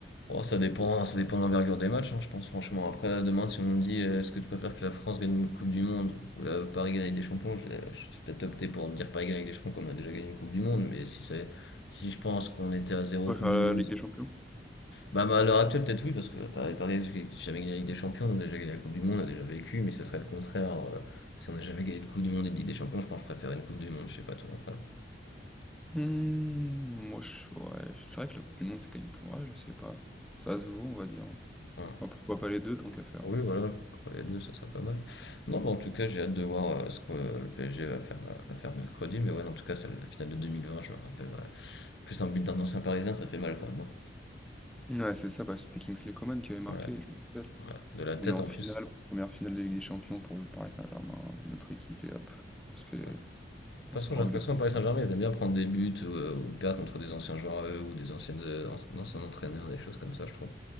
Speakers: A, on the left (about 80°); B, in the centre.
A: oh, ça dépend, ça dépend de l'envergure des matchs, hein, je pense, franchement. Après, là, demain, si on me dit euh, est-ce que tu préfères que la France gagne une Coupe du Monde ou la Paris gagne avec des champions, je vais je vais peut-être opter pour dire Paris gagne avec des champions comme on a déjà gagné une Coupe du Monde, mais si c'est si je pense qu'on était à zéro
B: Toi,
A: Coupe
B: la
A: du Monde,
B: Ligue des Champions?
A: bah, bah, à l'heure actuelle, peut-être oui, parce que Paris, Paris j'ai jamais gagné avec des champions, on a déjà gagné la Coupe du Monde, on a déjà vécu, mais ça serait le contraire. euh, si on n'a jamais gagné de Coupe du Monde et de Ligue des Champions, je pense que je préfère une Coupe du Monde, je sais pas toi après.
B: Hmm, moi, je, ouais, c'est vrai que la Coupe du Monde, c'est quand même plus. Ouais, je sais pas. Ça se vaut, on va dire. Enfin,
A: Ouais.
B: pourquoi pas les deux, tant qu'à faire.
A: Oui, voilà, pourquoi pas les deux ça serait pas mal. Non, bah, en tout cas, j'ai hâte de voir euh, ce que euh, le PSG va faire, euh, va faire mercredi. Mais ouais, non, en tout cas, c'est la finale de 2020, je me rappelle. ouais. En Plus un but d'un ancien Parisien, ça fait mal quand même. hein.
B: Ouais, c'est ça, bah, c'était Kingsley Coman qui avait marqué,
A: Ouais.
B: je me rappelle.
A: Ouais, De la tête
B: On est en
A: en
B: finale,
A: plus.
B: première finale de Ligue des Champions pour le Paris Saint-Germain, notre équipe, et hop, on se fait,
A: Ouais. De toute
B: on se
A: façon,
B: prend
A: j'ai l'impression
B: un but contre
A: que Paris Saint-Germain,
B: eux.
A: ils aiment bien prendre des buts ou, euh, ou perdre contre des anciens joueurs à eux, ou des anciennes, euh, anci- anciens entraîneurs, des choses comme ça, je trouve.